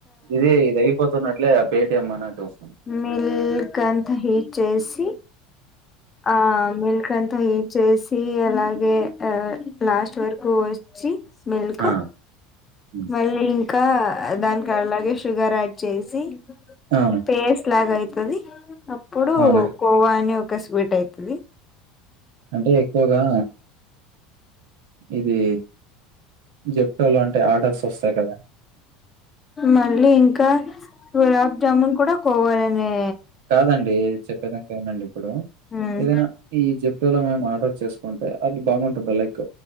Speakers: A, on the right (about 65°); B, on the left (about 25°).
A: ఇది ఇది అయిపోతున్నట్లే ఆ పేటిఎం అనా చేస్
B: మిల్కంత హీట్ చేసి ఆ మిల్క్ అంతా హీట్ చేసి అలాగే ఆ లాస్ట్ వరకు చీ మిల్క్
A: ఆ హ్మ్.
B: మళ్ళీ ఇంకా దానికి అలాగే షుగర్ యాడ్ చేసి
A: ఆ
B: పేస్ట్ లాగయి తది అప్పుడు
A: అవునా
B: కోవా అని ఒక స్వీట్ అయితది
A: అంటే ఎక్కువగా ఇది జెప్టోలో అంటే ఆర్డర్స్ వస్తాయి కదా
B: మళ్ళీ ఇంకా గులాబ్జామున్ కూడా కోవాలని
A: కాదండి చెప్పేదాక ఈనండి ఇప్పుడు
B: ఉమ్
A: ఏదైనా ఈ జెప్టోలో ఏమైన ఆర్డర్ చేసుకుంటే అది బాగుంటుంది like